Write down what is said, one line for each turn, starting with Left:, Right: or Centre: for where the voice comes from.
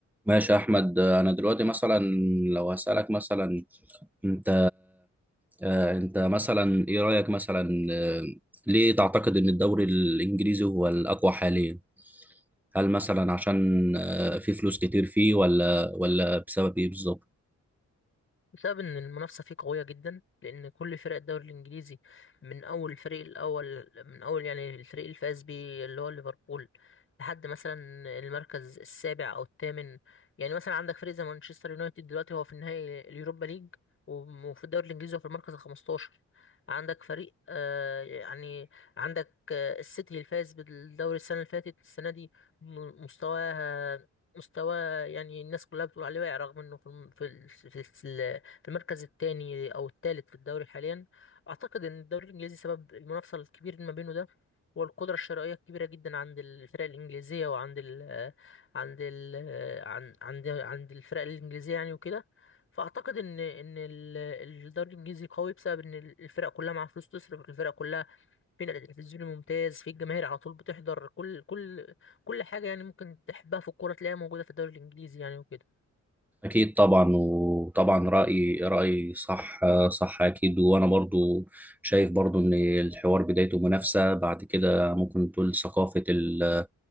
Centre: ماشي يا احمد انا دلوقتي مثلا لو هسألك مثلا انت آه، انت مثلا ايه رأيك مثلا آه، ليه تعتقد ان الدوري الانجليزي هو الاقوى حاليا هل مثلا عشان آه، في فلوس كتير فيه ولا ولا بسبب ايه بالظبط
Left: بسبب ان المنافسه فيه قويه جدا لان كل فرق الدوري الانجليزي من اول الفريق الاول من اول يعني الفريق اللي فاز بيه اللي هو ليفربول لحد مثلا المركز السابع او الثامن يعني مثلا عندك فريق زي مانشستر يونايتد دلوقتي هو في النهائي اليوروبا ليج وم- وفي الدوري الانجليزي هو في المركز ال 15 عندك فريق آه يعني عندك آه السيتي اللي فاز بالدوري السنه اللي فاتت السنه دي م- مستواها مستوى يعني الناس كلها بتقول عليه واقع رغم انه في الم- في ال- في ال- في المركز الثاني او الثالث في الدوري حاليا اعتقد ان الدوري الانجليزي سبب المنافسه الكبير ما بينه ده هو القدره الشرائيه الكبيره جدا عند الفرق الانجليزيه وعند ال عند ال عن- عند عند الفرق الانجليزيه يعني وكده فاعتقد ان ان ال- الدوري الانجليزي قوي بسبب ان الفرق كلها معاها فلوس تصرف الفرق كلها في نقل تلفزيوني ممتاز في الجماهير على طول بتحضر كل كل كل حاجه يعني ممكن تحبها في الكوره تلاقيها موجوده في الدوري الانجليزي يعني وكده
Centre: أكيد طبعا وطبعا رأي رأي صح صح أكيد وأنا برضو شايف برضو إن الحوار بدايته منافسة بعد كده ممكن تقول ثقافة ال